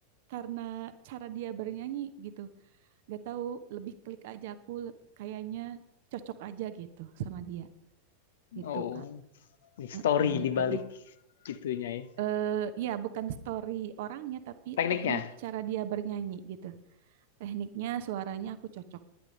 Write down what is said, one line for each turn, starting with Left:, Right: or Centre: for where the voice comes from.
Right: karena cara dia bernyanyi gitu nggak tahu lebih klik aja aku le- kayaknya cocok aja gitu sama dia gitu
Left: Oh,
Right: Kak
Left: story
Right: Mm-mm,
Left: di balik
Right: lebih
Left: gitunya ya.
Right: eh ya, bukan story orangnya, tapi
Left: Tekniknya.
Right: teknik cara dia bernyanyi gitu. Tekniknya, suaranya aku cocok